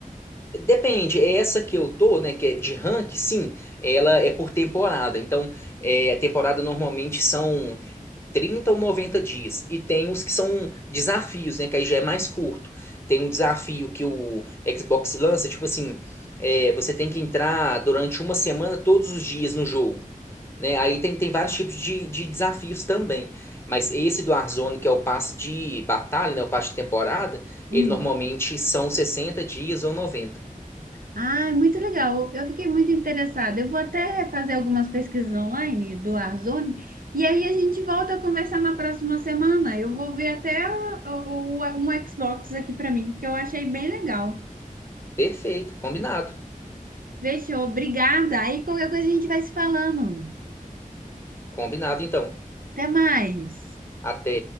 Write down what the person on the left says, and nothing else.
Depende, é essa que eu tô, né, que é de rank, sim, ela é por temporada. Então, é, a temporada normalmente são 30 ou 90 dias. E tem os que são desafios, né? Que aí já é mais curto. Tem um desafio que o Xbox lança, tipo assim, é, você tem que entrar durante uma semana todos os dias no jogo. Né? Aí tem, tem vários tipos de, de desafios também. Mas esse do Warzone, que é o passe de batalha, né? O passe de temporada,
ele normalmente são sessenta dias ou noventa
Perfeito, combinado.
Combinado então.
Até.